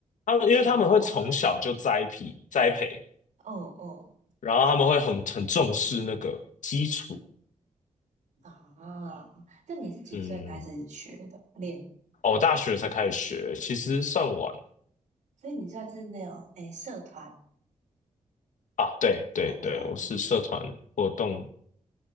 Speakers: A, on the left; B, on the right.
A: 他们因为他们会从小就栽培栽培，
B: 勤劳。<laughs> 嗯嗯
A: 然后他们会很很重视那个基础。
B: 啊，那你是几岁开始学的？
A: 嗯，
B: 练
A: 哦，我大学才开始学，其实算晚
B: 所以你算是那种诶社团
A: 啊。对对对，
B: 参加的
A: 我是社团活动，